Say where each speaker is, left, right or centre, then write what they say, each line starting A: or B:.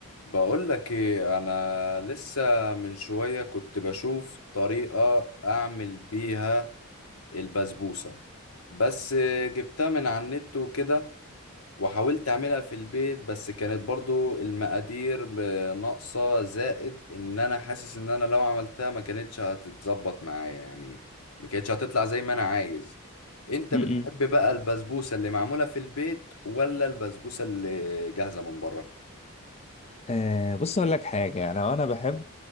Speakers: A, on the left; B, on the left.
A: بقول لك ايه انا لسه من شوية كنت بشوف طريقة اعمل بيها البسبوسة بس جبتها من على النت وكده وحاولت اعملها في البيت بس كانت برضو المقادير ناقصة زائد ان انا حاسس ان انا لو عملتها ما كانتش هتتظبط معايا يعني ما كانتش هتطلع زي ما انا عايز انت
B: م-م.
A: بتحب بقى البسبوسة اللي معمولة في البيت ولا البسبوسة اللي جاهزة من بره
B: آه بص اقول لك حاجه انا وانا بحب